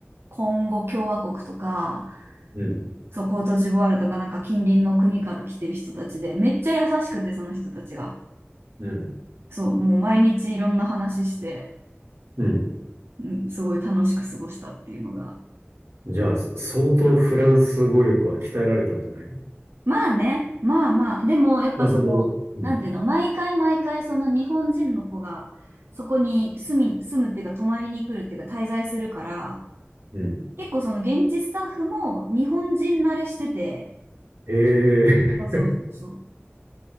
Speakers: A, on the right (about 65°); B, on the right (about 85°).
A: コンゴ共和国とか、
B: うん。
A: そう、コートジボワールとか、なんか近隣の国から来てる人たちで、めっちゃ優しくて、その人たちが。
B: うん。
A: そう、もう毎日いろんな話して、
B: うん。
A: うん、すごい楽しく過ごしたっていうのが。
B: じゃあ、相当フランス語力は鍛えられたんじゃないの
A: まあね、まあまあ、でもやっぱその、
B: まあ、その、うん。
A: なんていうの、毎回毎回その日本人の子がそこに住み、住むっていうか泊まりに来るっていうか滞在するから、
B: うん。
A: 結構その現地スタッフも日本人慣れしてて、
B: へえ。
A: そうそうそうそう、